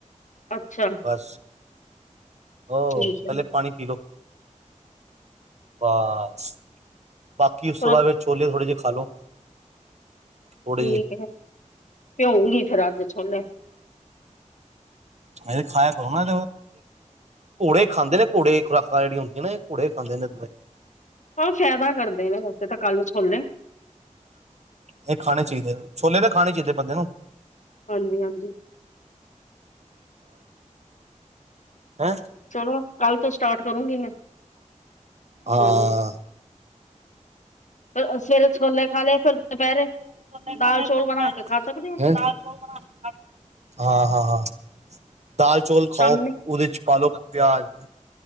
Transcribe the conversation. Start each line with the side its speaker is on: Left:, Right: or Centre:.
Left: ਅੱਛਾ
Right: ਬ ਉਹ
Left: ਠੀਕ ਹੈ
Right: ਪੇ ਪਾਣੀ ਪੀ ਲੋਓ ਬਸ ਕਿ
Left: ਚਲੋ
Right: ਉਸ ਤੋਂ ਬਾਅਦ ਫਿਰ ਛੋਲੇ ਥੋੜੇ ਜਿਹੇ ਖਾ ਲੋ ਥੋੜੇ
Left: ਠੀਕ
Right: ਜਿਹੇ
Left: ਫ ਭਿਊਂਗੀ ਫੇਰ ਅੱਜ ਛੋਲੇ
Right: ਹਾਂ ਖਾਇਆ ਕਰੋ ਨਾ ਘੋੜੇ ਖਾਂਦੇ ਘੜੇ ਖੁਰਾਕਾਂ ਜਿੜੀਆਂੁੰਦੀ ਨੇ ਘੜ ਖਾਂਦੇ ਨੇ
Left: ਉਹ ਫਾਇਦਾ ਕਰਦੇ ਨੇ ਵੈਸੇ ਤਾਂ ਕਾਲਜ ਖੋਲੇ
Right: ਇਹ ਖਾਣੇ ਚਾਹੀਦੇ ਛੋਲੇ ਦੇ ਖਾਣੇ ਚਾਹੀਦੇ ਬੰਦੇ ਨੂੰ
Left: ਹਾਂਜੀ ਹਾਂਜੀ
Right: ਹਾਂ ਹੈਂ
Left: ਚਲੋ ਕੱਲ ਤੋਂ ਸਟਾਰਟ ਕਰੂਗੀ ਮੈਂ
Right: ਹਾਂ
Left: ਹ ਫ ਫਿਰ ੋਲੇ ਖਾ ਲਏ ਫਿਰ ਦੁਪਹਿਰੇ
Right: ਸੋਨੇ
Left: ਦਾਲ
Right: ਖਾਣੇ
Left: ਚੌਲ
Right: ਫਰ ਦੁਹਿਰੇ
Left: ਬਣਾ ਕੇ ਖਾ ਸਕਦੇ ਹੋ
Right: ਨਾਲੋ ਬਣਾਦੇ ਹਾਂ ਹਾਂ ਹਾਂ ਦਾਲ ਚੌਲ ਖਾਓ
Left: ਸ਼ਾਮੀ
Right: ਉਹਦੇ ਚ ਪਾ ਲੋ ਪਿਆਜ